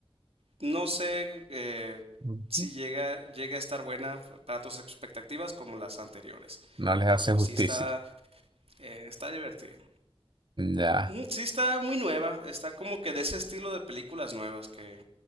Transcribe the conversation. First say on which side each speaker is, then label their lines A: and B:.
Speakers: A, on the right; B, on the right.
A: no sé eh,
B: Ujú.
A: si llega, llega a estar buena para tus expectativas como las anteriores,
B: No les
A: pero
B: hace
A: pues
B: justicia.
A: sí está, eh, está divertida.
B: Ya,
A: Ujú, Sí está muy nueva, está como que de ese estilo de películas nuevas que